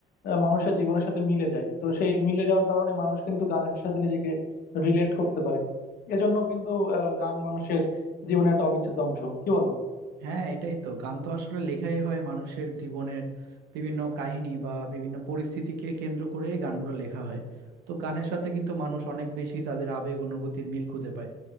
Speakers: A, on the left; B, on the right.
A: আহ, মানুষের জীবনের সাথে মিলে যায় তো সেই মিলে যাওয়ার কারণে মানুষ কিন্তু গানের সাথে নিজেকে রিলেট করতে পারে এজন্য কিন্তু আহ, গান মানুষের জীবনে একটা অবিচ্ছেদ্য অংশ কি বলো
B: হ্যাঁ এটাই তো গান তো আসলে লেখাই হয় মানুষের জীবনের বিভিন্ন কাহিনী বা বিভিন্ন পরিস্থিতিকে কেন্দ্র করে গানগুলো লেখা হয় তো গানের সাথে কিন্তু মানুষ অনেক বেশি তাদের আবেগ অনুভূতির মিল খুঁজে পায়